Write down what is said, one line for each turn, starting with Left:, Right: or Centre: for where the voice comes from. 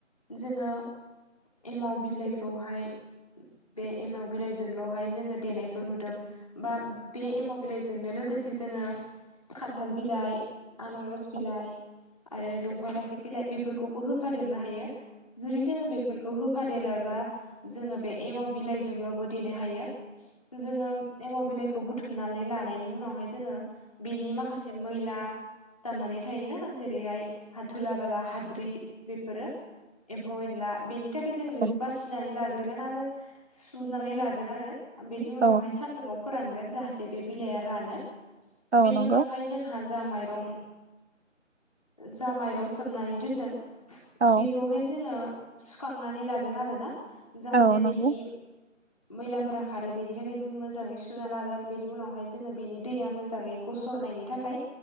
Left: जोङो एमाव बिलाइखौहाय, बे एमाव बिलाइजोंल'हाय जोङो देनायखौ नुदों। बा बे एमाव बिलाइजोंनो लोगोसे जोङो खान्थाल बिलाइ। आनारस बिलाइ।
Right: औ
Left: आरो दंफां राखेब बिलाइ बेफोरखौबो होफादेरनो हायो। जुदि जोङो बेफोरखौ हो -फादेराब्ला जोङो बे एमाव बिलाइजोंल'बो देनो हायो। जोङो एमाव बिलाइखौ बुथुमनानै लानायनि उनावहाय जोङो बेनि माखासे मैला सिथामनानै थायोना। जेरैहाय हा, दुला, बाला, हाद्रि बेफोरो एम्फौ- एनला बेनि थाखाय जोङो
Right: औ
Left: बेखौ बासिनानै लाग्रोगोन आरो। सुनानै लागोन आरो। बेनि उनावहाय
Right: औ औ
Left: सान्दुङाव फोरानगोन जाहाथे बे बिलाइआ रानो।
Right: औ
Left: बेनि
Right: नंगौ
Left: उनावहाय जों जा माइरं जा माइरं सोमनानै दोनदों।
Right: औ
Left: बेखौहाय जोङो सुखांनानै लागोन आरोना। जाहाथे
Right: औ नंगौ औ नंगौ
Left: बिनि मैलाफोरा खारो बेनि थाखाय जों मोजाङै सुना लागोन। बेनि उनावहाय जोङो बेनि दैया मोजाङै। गसरनायनि थाखाय